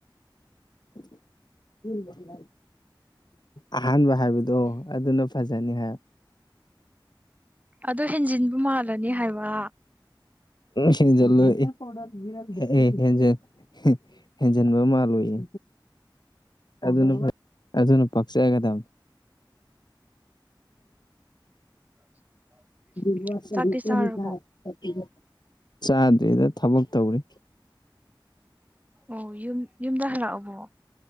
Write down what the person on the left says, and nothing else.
<unintelligible> ꯑꯍꯥꯟꯕ ꯍꯥꯏꯕꯗꯣ ꯑꯗꯨꯅ ꯐꯖꯅꯤꯍꯦ
ꯍꯦꯟꯖꯜꯂꯣꯏ ꯏ꯭ꯍ ꯑꯦ ꯍꯦꯟꯖꯟ ꯍꯦꯟꯖꯟꯕ ꯃꯥꯜꯂꯣꯏꯌꯦ ꯑꯗꯨꯅ ꯐꯩ ꯑꯗꯨꯅ ꯄꯛꯆꯒꯗꯕꯅꯤ
<unintelligible>
ꯆꯥꯗ꯭ꯔꯤꯗ ꯊꯕꯛ ꯇꯧꯔꯤ